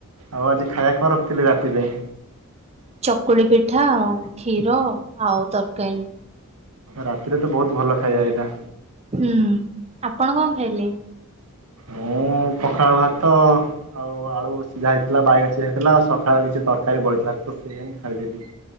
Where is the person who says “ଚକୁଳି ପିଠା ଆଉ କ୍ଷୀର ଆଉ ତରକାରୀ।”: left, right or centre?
Right